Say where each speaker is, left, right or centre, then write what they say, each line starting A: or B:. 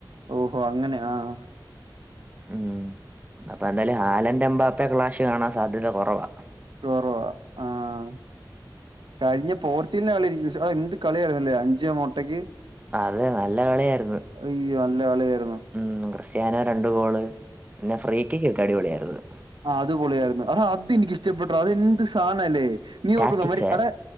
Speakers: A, on the right; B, on the right.
A: ഓഹോ അങ്ങനെ ആഹ്. ഹ
B: ഉം അപ്പൊ ന്തായാലും ഹാലൻന്റെ എംമ്പാപ്പ ക്ലാഷ് കാണാൻ സാധ്യത കുറവാ.
A: കൊറവ ആഹ്. കഴിഞ്ഞ പോർച്ചീഗലിന്റെ കളിയിശ്രദ്ധിച്ചോ? ആഹ് എന്ത് കളിയായിരുന്നല്ലേ അഞ്ച മൊട്ടയ്ക്ക്.
B: അതെ നല്ല കളിയായിരുന്നു
A: അയ്യോ നല്ല കാളിയരുന്നു.
B: ഉം ക്രിസ്ത്യാനോ രണ്ടു ഗോള്. പിന്നെ ഫ്രീക്കക്ക് അടിപൊളിയായിരുന്നു.
A: ആഹ് അതുപൊളിയായിരുന്നു അടാ അതനിക്കിഷ്ടപ്പെെട്ട അതെ എന്ത് സാധന അല്ലേ നീ
B: ടാറ്റിക്സ്
A: ഓർക്കു അമരി അടാ